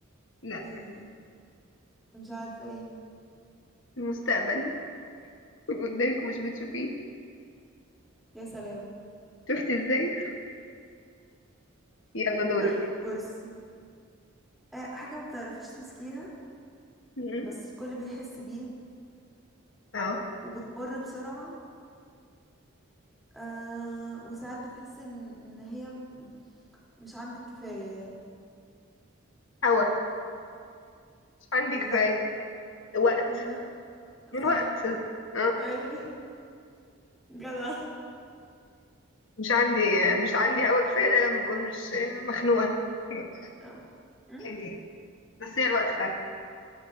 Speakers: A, on the left; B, in the centre.
A: لا
B: ال... مش عارفة ايه
A: المستقبل قدامك ومش بتشوفيه
B: يا سلام
A: شفتي ازاي يلا دورك
B: طيب بصي آه، حاجة ما بتعرفيش تمسكيها
A: مم.
B: بس الكل بيحس بيها
A: اه
B: وبتمر بسرعة آه وساعات بتحس ان ان هي م- مش عندك كفاية يعني
A: هوا مش عندي
B: لا
A: كفاية وقت
B: لا صح
A: الوقت اه
B: اي <laughs> جدع
A: مش عندي مش عندي هوا كفاية ده لما اكون مش مخنوقة <laughs>
B: أم، أم،
A: حاجة. بس هي الوقت فعلا